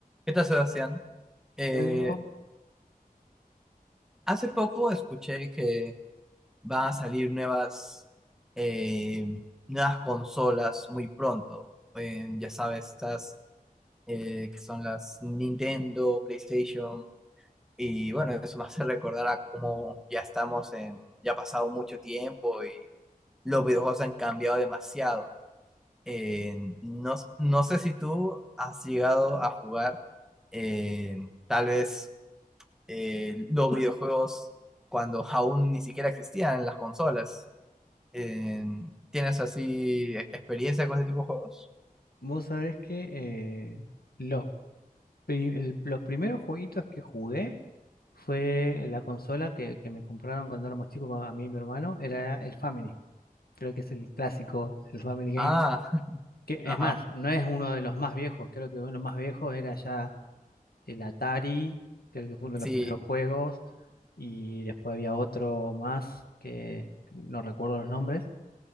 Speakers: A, in the centre; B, on the left.
A: ¿Qué tal, Sebastián? Eh,
B: Rodrigo,
A: hace poco escuché que van a salir nuevas, eh, nuevas consolas muy pronto. En, ya sabes, estas eh, que son las Nintendo, PlayStation. Y bueno, eso me hace recordar a cómo ya estamos en, ya ha pasado mucho tiempo y los videojuegos han cambiado demasiado. Eh, no, no sé si tú has llegado a jugar eh, tal vez eh, los videojuegos cuando aún ni siquiera existían las consolas. Eh, ¿tienes así e- experiencia con ese tipo de juegos?
B: vos sabés que eh, los, pri- el- los primeros jueguitos que jugué fue en la consola que, que me compraron cuando éramos chicos con- a mí y mi hermano, era el Family. Creo que es el clásico, el Family Game.
A: Ah, <laughs>
B: Que es más,
A: ajá,
B: no es uno de los más viejos, creo que uno de los más viejos era ya el Atari, creo que fue uno
A: sí,
B: de los primeros juegos, y después había otro más que no recuerdo los nombres